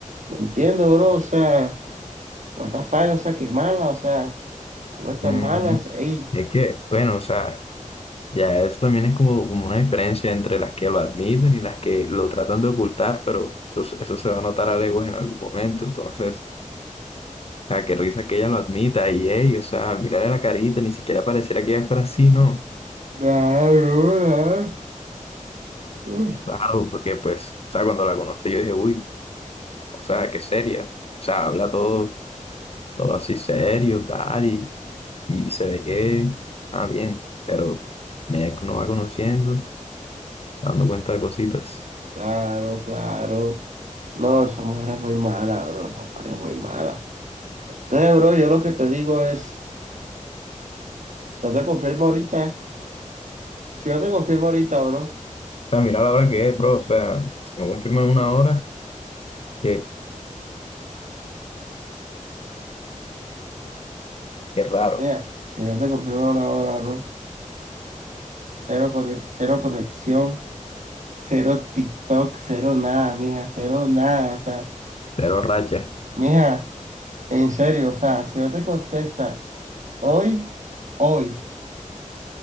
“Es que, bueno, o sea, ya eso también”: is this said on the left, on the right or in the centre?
Left